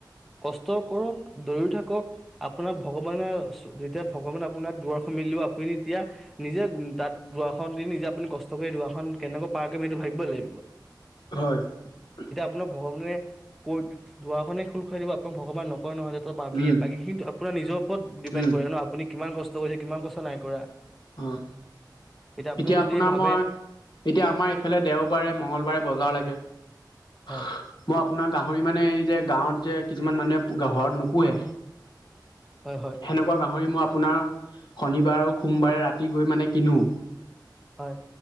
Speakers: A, in the centre; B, on the left (about 75°).
A: কষ্ট কৰক দৌৰিও থাকক আপোনাক ভগৱানে যেতিয়া ভগৱানে আপোনাক দুৱাৰ খন মেলিব আপুনি তেতিয়া নিজে তাত দুৱাৰখন দি নিজে আপুনি কষ্ট কৰি দুৱাৰখন কেনেকৈ পাৰ কৰিম সেইটো ভাবিব লাগিব।
B: হয়। উমহ
A: আপোনাক ভগৱানে ক' দুৱাৰখনে খোল খুৱাই দিব আপোনাৰ ভগৱান নক নকয় নহয় যে তই পাবিয়ে
B: উম
A: বাকী খিনি আপোনাৰ নিজৰ ওপৰত ডিপেণ্ড
B: উম
A: কৰে ন আপুনি কিমান কষ্ট কৰিছে কিমান কষ্ট নাই কৰা।
B: অহ,
A: আপুনি
B: এতিয়া
A: যদি
B: আপোনাৰ
A: ভাবে
B: মই এতিয়া আমাৰ এইফালে দেৱবাৰে মঙ্গলবাৰে বজাৰ লাগে লাগে। <inaudible>
A: হয়
B: মই আপোনাৰ গাহ হৰি মানে এই যে গাঁৱত যে কিছুমান মানুহে। গাহৰত নো পুনে,
A: হয় হয়
B: সেনেকুৱা গাহৰি মই আপোনাৰ শনিবাৰো সোমবাৰে ৰাতি গৈ মানে কিনো।
A: হয়।